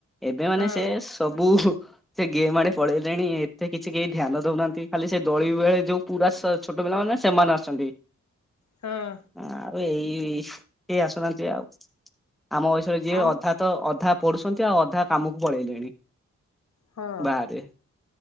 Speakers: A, in the centre; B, on the left.
A: ଏବେ ମାନେ
B: ହଁ
A: ସେ ସବ ବୁ ସେ ଗେମ୍ ଆଡେ ପଳେଇଲେଣି ଏତେ କିଛି କେହି ଧ୍ୟାନ ଦଉନାହାନ୍ତି ଖାଲି ସେ ଦୋଳି ବେଳେ ଯୋଉ ପୁରା ସେ ଛୋଟ ପିଲାମାନେ ସେମାନେ ଆସଛନ୍ତି।
B: ହଁ
A: ଆଉ ଏଇ କେହି ଆସୁନାହାନ୍ତି ଆଉ। ଆମ ବୟସରେ ଯିଏ
B: ଆମ
A: ଅଧା ତ ଅଧା ପଢୁସନ୍ତି ଆଉ ଅଧା କାମକୁ ପଳେଇଲେଣି।
B: ହଁ
A: ବାରେ